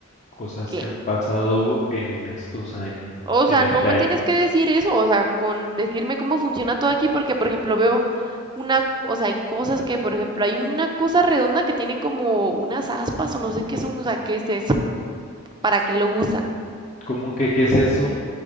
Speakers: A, on the left; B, on the right.
A: cosas
B: ¿Qué?
A: que han pasado en estos años,
B: O
A: en
B: sea,
A: este
B: no me
A: año.
B: tienes que decir eso, o sea, con decirme cómo funciona todo aquí, porque, por ejemplo, veo una, o sea, hay cosas que, por ejemplo, hay una cosa redonda que tiene como unas aspas o no sé qué son, o sea, ¿qué es eso? ¿Para qué lo usan?
A: ¿Cómo que qué es eso?